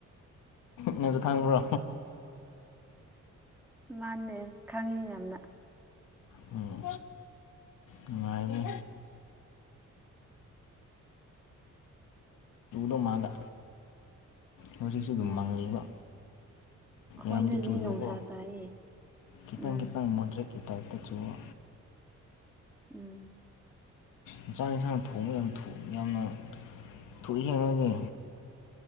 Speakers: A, on the left (about 85°); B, in the centre.
A: ꯅꯁꯨ ꯈꯪꯕ꯭ꯔꯣ
B: ꯃꯥꯅꯦ ꯈꯪꯉꯤ ꯌꯥꯝꯅ
A: ꯎꯝ ꯅꯨꯡꯉꯥꯏꯕꯅꯦ ꯑꯣ ꯃꯥꯒ ꯍꯧꯖꯤꯛꯁꯤ ꯑꯗꯨꯝ
B: ꯎꯝ
A: ꯃꯡꯍꯜꯂꯤꯕ
B: ꯑꯩꯈꯣꯏꯗꯗꯤ
A: ꯌꯥꯝꯗꯤ ꯆꯨꯗꯕꯀꯣꯈꯤ
B: ꯅꯨꯡꯁꯥ ꯁꯥꯏꯌꯦ
A: ꯈꯤꯇꯪ
B: ꯎꯝ
A: ꯈꯤꯇꯪ ꯃꯣꯗ꯭ꯔꯦ ꯒꯤ ꯇꯥꯏꯞꯇ ꯆꯨꯕ
B: ꯎꯝ
A: ꯏꯟꯁꯥꯡ ꯏꯟꯁꯥꯡ ꯊꯣꯡꯕ ꯌꯥꯝ ꯊꯨ ꯌꯥꯝꯅ ꯊꯨꯏꯍꯦ ꯅꯣꯏꯗꯤ